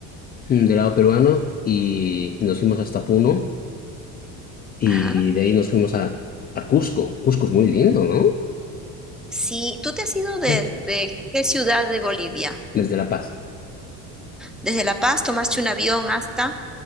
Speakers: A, on the left; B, in the centre.
A: mm, del lado peruano y nos fuimos hasta Puno y
B: Ajá.
A: de ahí nos fuimos a, a Cusco. Cusco es muy lindo, ¿no?
B: Sí, ¿tú te has ido desde
A: Sí,
B: qué ciudad de Bolivia?
A: Desde La Paz.
B: ¿Desde La Paz tomaste un avión hasta